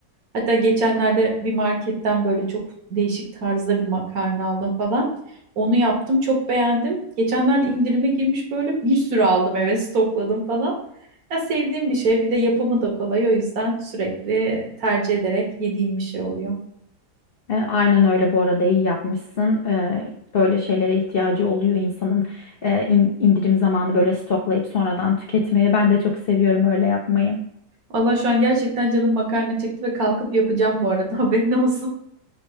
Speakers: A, on the right; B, on the left.
A: Hatta geçenlerde bir marketten böyle çok değişik tarzda bir makarna aldım falan. Onu yaptım, çok beğendim. Geçenlerde indirime girmiş böyle bir sürü aldım eve stokladım falan. Ya sevdiğim bir şey, bir de yapımı da kolay o yüzden sürekli tercih ederek yediğim bir şey oluyor.
B: E, aynen öyle bu arada iyi yapmışsın. Ee, böyle şeylere ihtiyacı oluyor insanın e, in- indirim zamanı böyle stoklayıp sonradan tüketmeyi. Ben de çok seviyorum öyle yapmayı.
A: Allah şu an gerçekten canım makarna çekti ve kalkıp yapacağım bu arada <laughs> haberin olsun.